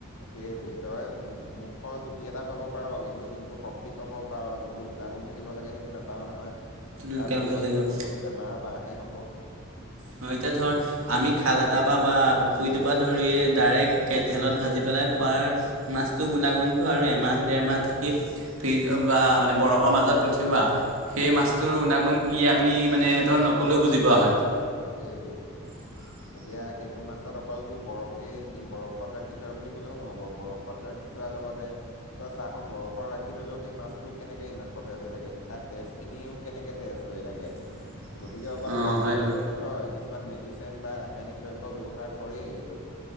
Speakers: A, on the left (about 85°); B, on the right (about 80°).
A: সেইটোৱেই তই মুখৰ জুতি এটা পাব পাৰ কিন্তু যোনটো শক <inaudible> পাব পাৰ যোনটো গুণাগুণ থাকিব লাগে সেইটো নাপাওঁ নহয়।
B: লোকেল
A: তাৰ পৰিৱৰ্তে
B: মাছত থাকিব
A: তোৰ <inaudible> বেমাৰৰ বাঁহে হ'ব। <inaudible>
B: হয় এতিয়া ধৰ <inaudible> আমি খাল এটাৰ পৰা বা পুখুৰীটোৰ পৰা ধৰি ডাইৰেক্ট তেলত ভাজি পেলাই খোৱাৰ <unintelligible> মাছটোৰ গুণাগুণটো আৰু এমাহ, ডেৰমাহ থাকি <inaudible> ফ্ৰিজ বা মানে বৰফৰ মাজত পঠিওৱা <inaudible> সেই মাছটোৰ গুণাগুণ কি আমি মানে ধৰ নক'লেও বুজি পোৱা হয়। <inaudible>
A: অঁ! সেইটোৱেই। <inaudible>
B: <inaudible>
A: এতিয়া সেইটো মাছত অকল তোৰ বৰফেই দি বৰফত ৰাখি থয় বুলি ক'লেও নহ'ব বৰফ <inaudible> <inaudible> ফত ৰাখি থোৱাৰ লগতে ত‌ই চা চোন বৰফত ৰাখি থলেও সেই মাছটো কেনেকে ইমান সতেজ হৈ থাকে, তাত তেজখিনিও কেনেকে <inaudible> তেজ হৈ থাকে। <inaudible>
B: <inaudible>
A: গতিকে অকল
B: অ'
A: বৰফতে
B: হয়তো
A: ৰাখি নথয়। কিছুমান মেডিচিন বা ৰাসায়নিক দ্ৰব্য ব্যৱহাৰ কৰেই এইটোত। <inaudible>